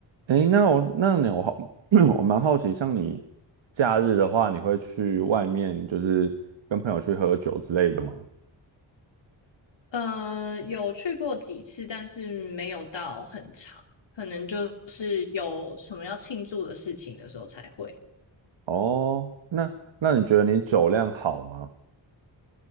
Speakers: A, on the right; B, on the left.
A: 诶，那我那你我好，<clears throat> 我蛮好奇，像你假日的话，你会去外面就是跟朋友去喝酒之类的吗？
B: 呃，有去过几次，但是没有到很长，可能就是有什么要庆祝的事情的时候才会。
A: 哦，那那你觉得你酒量好吗？